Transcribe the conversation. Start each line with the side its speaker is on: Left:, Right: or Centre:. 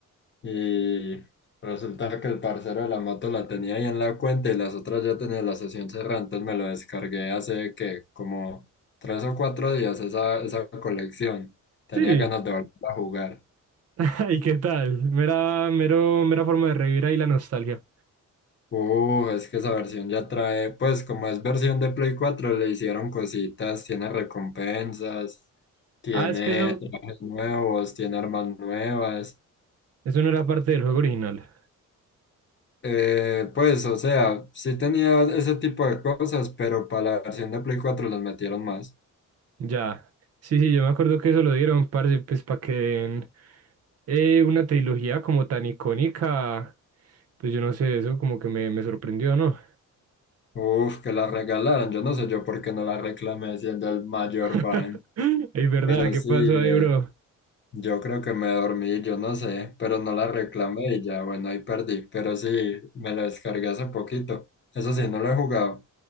Left: Y resulta que el parcero de la moto la tenía ahí en la cuenta y las otras ya tenía la sesión cerrada, entonces me lo descargué hace que como tres o cuatro días esa, esa colección. Tenía
Right: Sí,
Left: ganas de volver a jugar.
Right: <laughs> ¿y qué tal? Mera, mero, mera forma de revivir ahí la nostalgia.
Left: Uh, es que esa versión ya trae, pues como es versión de Play cuatro le hicieron cositas, tiene recompensas, tiene
Right: Ah, es que eso,
Left: trajes nuevos, tiene armas nuevas.
Right: eso no era parte del juego original.
Left: Eh, pues, o sea, sí tenía ese tipo de cosas, pero para la versión de Play cuatro las metieron más.
Right: Ya, sí, sí, yo me acuerdo que eso lo dieron, parce, pues para que den eh, una trilogía como tan icónica, pues yo no sé, eso como que me, me sorprendió, ¿no?
Left: Uf, que la regalaran, yo no sé yo por qué no la reclamé siendo el mayor
Right: <laughs>
Left: fan,
Right: Es verdad,
Left: pero
Right: ¿qué
Left: sí,
Right: pasó ahí,
Left: eh,
Right: bro?
Left: yo creo que me dormí, yo no sé, pero no la reclamé y ya, bueno, ahí perdí, pero sí, me la descargué hace poquito. Eso sí, no lo he jugado,